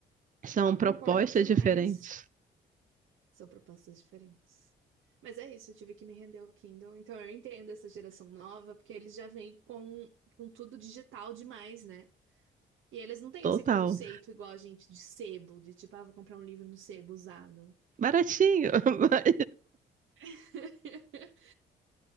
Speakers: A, on the right; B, on the right.
A: São
B: Não
A: propostas
B: concordo demais.
A: diferentes.
B: São propostas diferentes. Mas é isso, eu tive que me render ao Kindle. Então eu entendo essa geração nova, porque eles já vêm com, com tudo digital demais, né? E eles não têm
A: Total.
B: esse conceito igual a gente de sebo, de tipo, ah, vou comprar um livro no sebo usado.
A: Baratinho, <laughs> mas
B: <laughs>